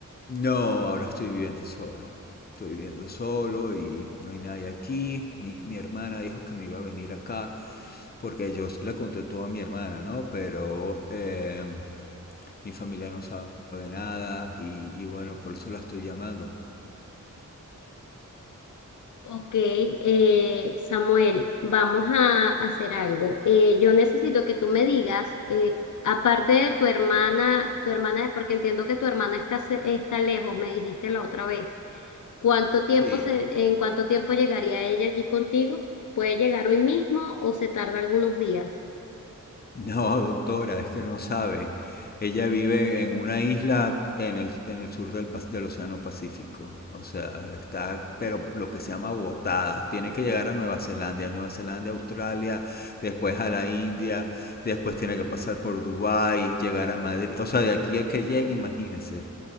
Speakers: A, on the left; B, on the left.
A: No, ahora estoy viviendo solo. Estoy viviendo solo y no hay nadie aquí. Mi, mi hermana dijo que me iba a venir acá porque yo la conté todo a mi hermana, ¿no? Pero eh, mi familia no sabe nada y, y bueno, por eso la estoy llamando.
B: Ok, eh, Samuel, vamos a hacer algo. Eh, yo necesito que tú me digas, eh, aparte de tu hermana, tu hermana, porque entiendo que tu hermana está, ce- está lejos, me dijiste la otra vez. ¿Cuánto tiempo
A: Sí,
B: se, en cuánto tiempo llegaría ella allí contigo? ¿Puede llegar hoy mismo o se tarda algunos días?
A: No, doctora, es que no sabe. Ella vive en una isla en el, en el sur del, Pas- del Océano Pacífico. O sea, está, pero lo que se llama botada. Tiene que llegar a Nueva Zelanda, Nueva Zelanda, Australia, después a la India, después tiene que pasar por Dubái, llegar a Madrid. O sea, de aquí a que llegue, imagínese.